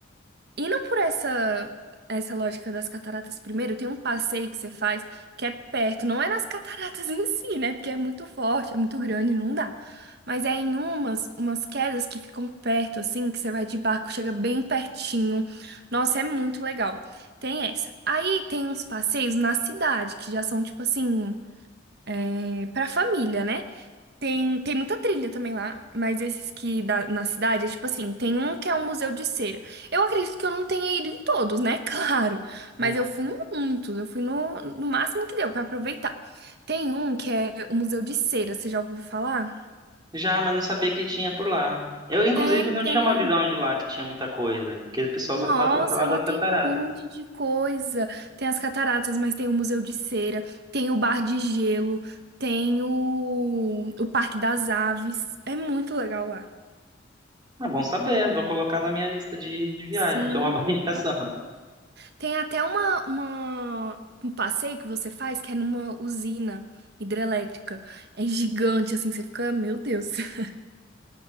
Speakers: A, on the right; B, on the right.
A: Indo por essa essa lógica das cataratas primeiro, tem um passeio que você faz que é perto, não é nas cataratas <laughs> em si, né? Porque é muito forte, é muito grande, não dá. Mas é em umas umas quedas que ficam perto assim, que você vai de barco, chega bem pertinho. Nossa, é muito legal. Tem essa. Aí tem uns passeios na cidade que já são tipo assim, é, pra família, né? Tem, tem muita trilha também lá, mas esses que da, na cidade, é tipo assim, tem um que é um museu de cera. Eu acredito que eu não tenha ido em todos, né? <laughs> Claro.
B: Hum.
A: Mas eu fui em muitos, eu fui no, no máximo que deu pra aproveitar. Tem um que é o Museu de Cera, você já ouviu falar?
B: Já, mas não sabia que tinha por lá. Eu, inclusive,
A: Tem,
B: não
A: tem.
B: tinha uma visão de lá que tinha muita coisa, porque o pessoal
A: Nossa,
B: só fala, fala das
A: lá
B: cataratas.
A: tem um monte de coisa. Tem as cataratas, mas tem o Museu de Cera, tem o Bar de Gelo, tem o, o Parque das Aves. É muito legal lá.
B: Ah, bom saber, vou colocar na minha lista de, de viagem.
A: Sim,
B: <laughs> Isso é uma <laughs> boa indicação.
A: Tem até uma, uma- um passeio que você faz que é numa usina hidrelétrica. É gigante, assim, que você fica, meu Deus. <laughs>